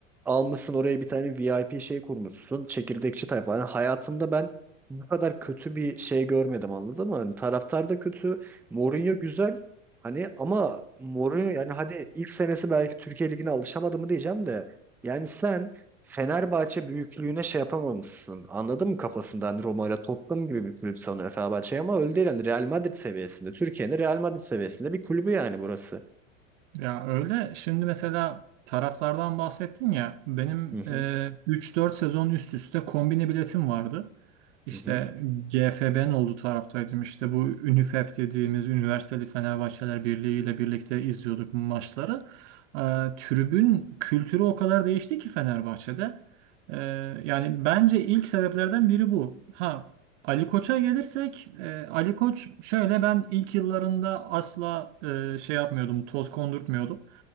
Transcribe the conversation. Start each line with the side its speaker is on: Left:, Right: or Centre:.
Centre: Almışsın oraya bir tane VIP şey kurmuşsun. Çekirdekçi tayfa. Yani hayatımda ben bu kadar kötü bir şey görmedim anladın mı? Hani taraftar da kötü. Mourinho güzel. Hani ama Mourinho yani hadi ilk senesi belki Türkiye Ligi'ne alışamadı mı diyeceğim de. Yani sen Fenerbahçe büyüklüğüne şey yapamamışsın. Anladın mı kafasında? Hani Roma ile Tottenham gibi bir kulüp sanıyor Fenerbahçe'yi ama öyle değil. Yani Real Madrid seviyesinde. Türkiye'nin Real Madrid seviyesinde bir kulübü yani burası.
Right: Ya öyle. Şimdi mesela taraflardan bahsettin ya. Benim
Centre: Hı hı,
Right: e, 3-4 sezon üst üste kombine biletim vardı. İşte
Centre: hı hı,
Right: GFB'nin olduğu taraftaydım. İşte bu Ünifep dediğimiz Üniversiteli Fenerbahçeler Birliği ile birlikte izliyorduk bu maçları. E, tribün kültürü o kadar değişti ki Fenerbahçe'de. E, yani bence ilk sebeplerden biri bu. Ha Ali Koç'a gelirsek, e, Ali Koç şöyle ben ilk yıllarında asla e, şey yapmıyordum, toz kondurtmuyordum.